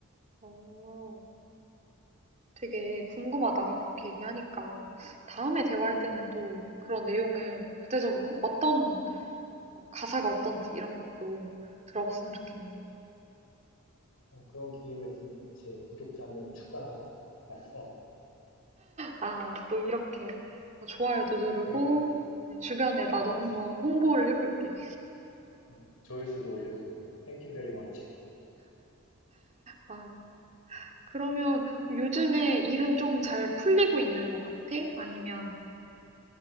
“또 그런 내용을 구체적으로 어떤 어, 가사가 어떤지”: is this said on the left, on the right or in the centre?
Right